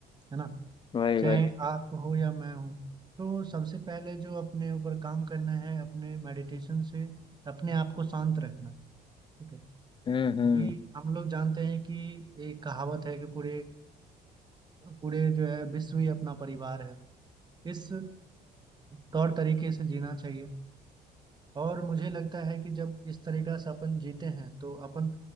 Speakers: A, on the right; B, on the left.
A: है ना
B: वही
A: चाहे
B: वही
A: आप हो या मैं हूँ तो सबसे पहले जो अपने ऊपर काम करना है अपने मेडिटेशन से अपने आप को शांत रखना ठीक है
B: हम्म हम्म
A: कि हम लोग जानते हैं कि एक कहावत है कि पूरे अ, पूरे जो है विश्व ही अपना परिवार है इस अ, तौर तरीके से जीना चाहिए और मुझे लगता है कि जब इस तरीका से अपन जीते हैं तो अपन